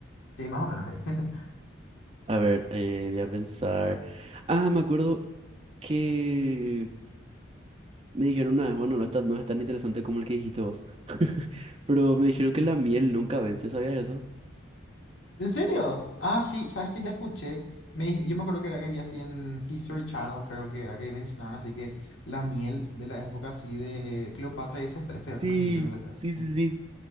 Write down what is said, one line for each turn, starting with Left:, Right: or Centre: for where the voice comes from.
Left: Sí, más o menos, ¿eh? <laughs>
Right: A ver, eh, voy a pensar. Ah, me acuerdo que me dijeron una vez, bueno, no es tan, no es tan interesante como el que dijiste vos. <laughs> Pero me dijeron que la miel nunca vence, ¿sabías eso?
Left: ¿En serio? Ah, sí, sabes que ya escuché. Me- yo me acuerdo que era que vi así en History Channel, creo que era que mencionaban así que la miel de la época así de Cleopatra y eso está, está
Right: Sí,
Left: ya comestible, no sé qué.
Right: sí, sí, sí.